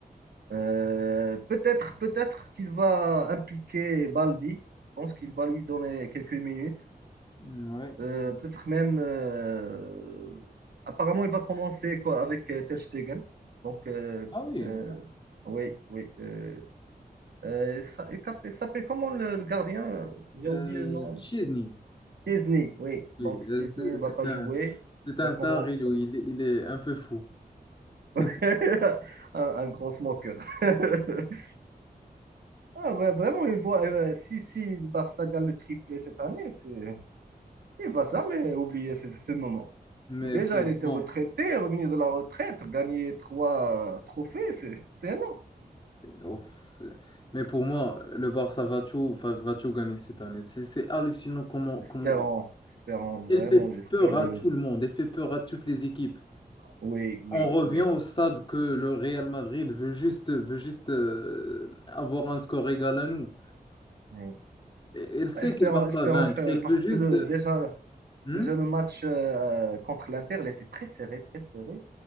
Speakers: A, on the right (about 80°); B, on the left (about 30°).
A: Euh, peut-être, peut-être qu'il va impliquer Baldi. Je pense qu'il va lui donner quelques minutes.
B: Ouais.
A: Euh, peut-être même. euh, apparemment, il va commencer co- avec euh, Ter Stegen. Donc, euh,
B: Ah oui,
A: euh, oui, oui. euh, euh, ça- il s'appelle il s'appelle comment le, le gardien? J'ai
B: euh,
A: oublié le nom.
B: Chesney.
A: Chesney, oui.
B: Oui,
A: Donc,
B: là,
A: Chesney
B: c'est
A: ne
B: c'est
A: va pas jouer.
B: un, c'est un
A: Va commencer
B: tard, il, il
A: avec
B: est il est un peu fou.
A: <laughs>
B: <laughs>
A: un, un grand smoker. <laughs> Ah, ouais, vraiment, il voit, euh, si, si le Barça gagne le triplé cette année, c'est, il va jamais oublier ce, ce moment.
B: Mais
A: Déjà,
B: pour
A: il était
B: moi,
A: retraité, revenu de la retraite, gagner trois euh, trophées, c'est, c'est énorme.
B: ouf. mais pour moi, le Barça va tout, va, va tout gagner cette année. C'est c'est hallucinant comment,
A: Espérons,
B: comment
A: espérons,
B: Elle
A: vraiment,
B: fait
A: j'espère
B: peur à
A: de.
B: tout le monde, elle fait peur à toutes les équipes.
A: Oui, oui,
B: On revient
A: oui.
B: au stade que le Real Madrid veut juste, veut juste euh, avoir un score égal à nous.
A: oui.
B: Et- Elle sait
A: Espérons,
B: qu'elle va pas
A: espérons,
B: vaincre,
A: frère,
B: elle
A: parce
B: veut juste...
A: que le,
B: euh,
A: déjà,
B: Hmm
A: Déjà, le match euh, contre l'Inter, il était très serré, très serré.